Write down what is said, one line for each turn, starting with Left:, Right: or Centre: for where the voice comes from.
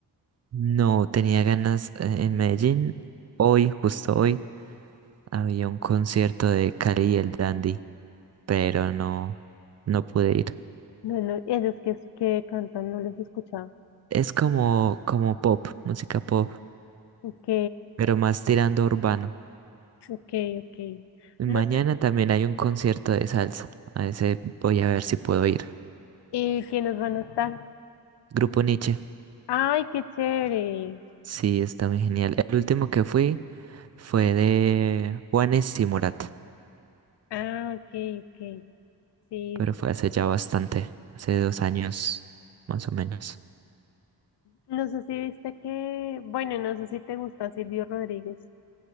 Right: No, tenía ganas eh, en Medellín. Hoy, justo hoy, había un concierto de Cali y el Dandy, pero no, no pude ir.
Left: Bueno, ellos que, que cantan, no los he escuchado.
Right: Es como, como pop, música pop,
Left: Ok,
Right: pero más tirando a urbano.
Left: ok, ok.
Right: Y Mañana
Left: No sé
Right: también hay un concierto de salsa. A ese voy a ver si puedo ir.
Left: eh, quiénes van a estar.
Right: Grupo Nietzsche.
Left: Ay, qué chévere.
Right: Sí, está muy genial. El último que fui Fue de Juanes y Morat,
Left: Ah, ok, ok. Sí,
Right: pero
Left: sí.
Right: fue hace ya bastante, hace dos años más o menos.
Left: No sé si viste que, bueno, no sé si te gusta Silvio Rodríguez.